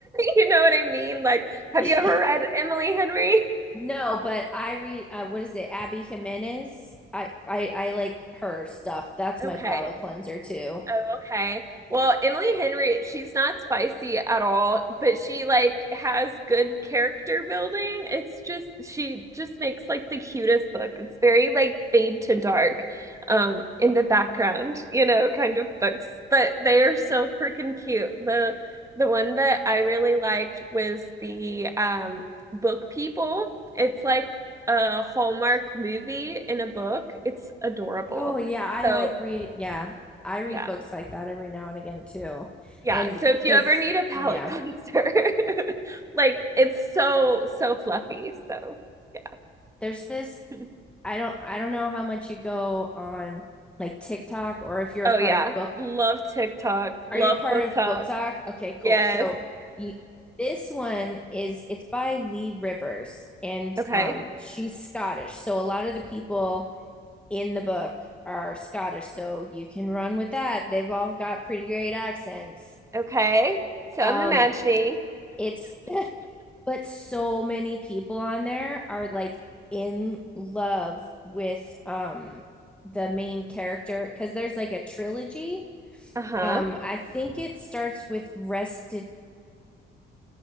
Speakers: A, on the right (about 15°); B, in the centre.
A: You know what I mean? Like, have
B: <laughs>
A: you ever read Emily Henry?
B: No, but I read uh, what is it, Abby Jimenez? I, I I like her stuff. That's
A: Okay.
B: my palate cleanser too.
A: Oh, okay. Well, Emily Henry, she's not spicy at all, but she like has good character building. It's just she just makes like the cutest book. It's very like fade to dark, um, in the background, you know, kind of books. But they are so freaking cute. The the one that I really liked was the um Book People. It's like a Hallmark movie in a book. It's adorable.
B: Oh yeah, I
A: So
B: like reading. Yeah, I read
A: yeah.
B: books like that every now and again too.
A: Yeah,
B: And
A: so if
B: because
A: you ever need a palate
B: yeah.
A: cleanser, <laughs> like it's so so fluffy. So, yeah.
B: <laughs> There's this
A: <laughs>
B: I don't I don't know how much you go on like TikTok or if you're
A: Oh
B: a part
A: yeah,
B: of book
A: love TikTok, love
B: Are you a part
A: book
B: of
A: talk.
B: Book Talk? Okay, cool.
A: Yes.
B: So you, this one is it's by Lee Rivers and
A: Okay.
B: um she's Scottish. So a lot of the people in the book are Scottish, so you can run with that. They've all got pretty great accents.
A: Okay. So
B: Um
A: I'm imagining.
B: it's <laughs> but so many people on there are like in love with um the main character because there's like a trilogy
A: Uh-huh.
B: um, I think it starts with restitution.